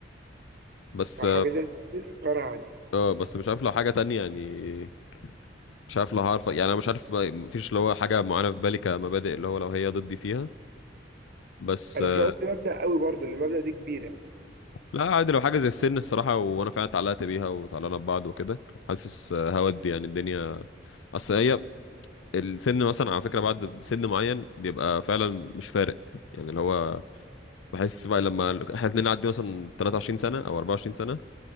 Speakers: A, on the left; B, on the right.
A: بس
B: او حاجه زي السن تغيرها عادي
A: اه بس مش عارف لو حاجه تانية يعني مش عارف لو هعرف يعني انا مش عارف ما- مفيش اللي هو حاجه معينه في بالي كمبادئ اللي هو لو هي ضدي فيها بس
B: انا
A: آه،
B: مش قصدي مبدأ قوي برضو اللي المبدأ دي كبيره
A: لا عادي لو حاجه زي السن الصراحه وانا فعلا اتعلقت بيها وتعلقنا ببعض وكده حاسس آه، هودي يعني الدنيا اصل هي السن مثلا على فكره بعد سن معين بيبقى فعلا مش فارق يعني اللي هو بحس بقى لما احنا اتنين نعدي مثلا 23 سنه او 24 سنه